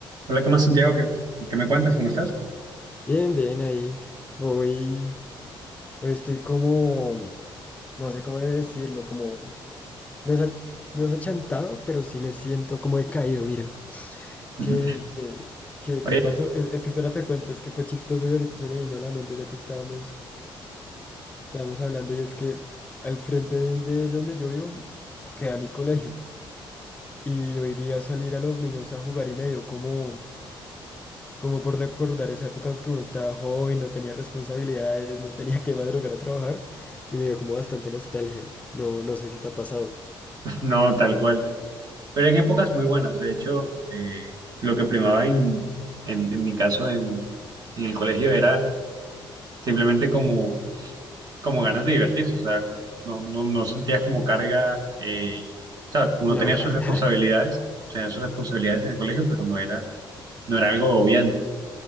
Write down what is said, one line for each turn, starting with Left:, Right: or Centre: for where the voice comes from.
Right: Hola, ¿qué más, Santiago? ¿Qué, qué me cuentas? ¿Cómo estás?
Left: Bien, bien, ahí. Hoy, hoy estoy como, no sé cómo decirlo, como, no es, ach- no es achantado, pero sí me siento como decaído, mira. ¿Qué,
Right: Ujú.
Left: qué,
Right: Oye,
Left: qué pasó? Es, es que espérate, cuento, es que fue chistoso y ahorita se me vino a la mente ya que estábamos, estábamos hablando y es que al frente de, de donde yo vivo queda mi colegio y hoy vi a salir a los niños a jugar y me dio como... como por recordar esa época en que uno estaba joven, no tenía responsabilidades, no tenía que madrugar a trabajar y me dio como bastante nostalgia. No, no sé si te ha pasado
Right: <laughs> no, tal cual. Pero en épocas muy buenas. De hecho, eh, lo que primaba en, en, en mi caso en, en el colegio era simplemente como, como ganas de divertirse. O sea, no, no, no sentías como carga. eh, o sea, uno
Left: laboral.
Right: tenía sus responsabilidades,
Left: <laughs>
Right: tenía sus responsabilidades en el colegio, pero no era, no era algo obviante.